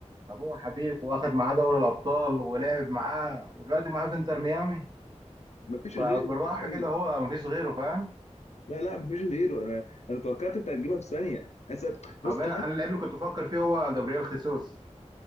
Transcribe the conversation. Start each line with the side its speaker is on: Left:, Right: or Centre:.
Right: طب هو حبيب واخد معاه دوري الابطال ولعب معاه ودلوقتي معاه في انتر ميامي
Left: مفيش
Right: فبالراحه
Left: غيره حرفيا.
Right: كده هو مفيش غيره فاهم
Left: لا لا مفيش غيره انا انا توقعت انت هتجيبها في ثانيه أصل- بص
Right: طب انا
Left: انا
Right: أنا اللعيب اللي كنت بفكر فيه هو جابرييل خيسوس